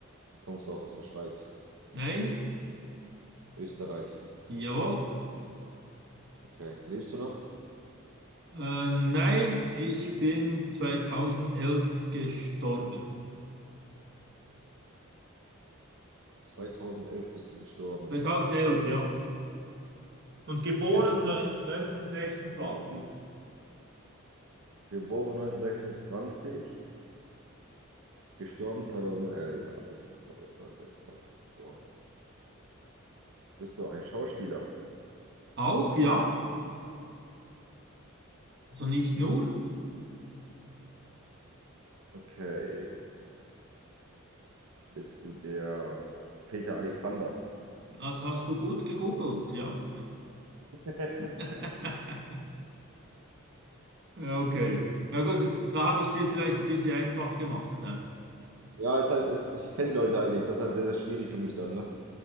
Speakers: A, on the right; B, on the right.
A: Kommst du aus der Schweiz?
B: Nein.
A: Österreich?
B: Jawohl.
A: Okay. Lebst du noch?
B: Äh, nein, ich bin 2011 gestorben.
A: 2011 bist du gestorben.
B: 2011, ja. Und geboren
A: Okay, bist
B: neun- 1926.
A: du geboren 1926? Gestorben 2011. Das ist 1926 geboren. Bist du ein Schauspieler?
B: Auch ja, also nicht nur,
A: Okay. Bist du der Peter Alexander?
B: das hast du gut gegoogelt, ja.
A: <laughs>
B: <laughs> Ja, okay. Na gut, da habe ich es dir vielleicht ein bisschen einfach gemacht. Ne?
A: Ja, ist halt, ist, ich kenne die Leute halt nicht. Das ist halt sehr, sehr schwierig für mich dann, ne?